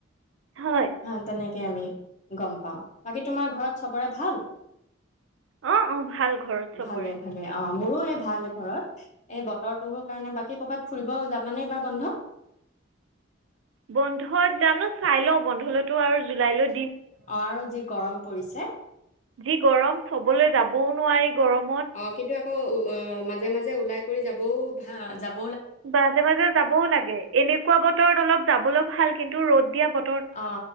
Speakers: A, on the right (about 75°); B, on the left (about 40°).
A: হয়
B: হ তেনেকে আমি গম পাও। বাকী তোমাৰ ঘৰত চবৰে ভাল।
A: অ, ' অ, ' ভাল ঘৰত চবৰে।
B: ভালে ভালে অ মোৰো এই ভাল ঘৰত, এই বতৰটোোৰ কাৰণে, বাকী কৰ'বাত ফুৰিব যাবানে এইবাৰ বন্ধ।
A: বন্ধত জানো চাই ল, বন্ধলৈতো আৰু জুলাই ল
B: অ', আৰু যি গৰম। পৰিছে।
A: যি গৰম চবলৈ যাবও নোৱাৰি। গৰমত
B: অ' কিন্তু আকৌ ও অ' মাজে মাজে। যে ওলাই কৰি যাবও ভা যাব
A: মাজে মাজে যাবও লাগে এনেকুৱা বতৰত অলপ। চাবলৈ ভাল কিন্তু ৰ'দ দিয়া বত
B: অ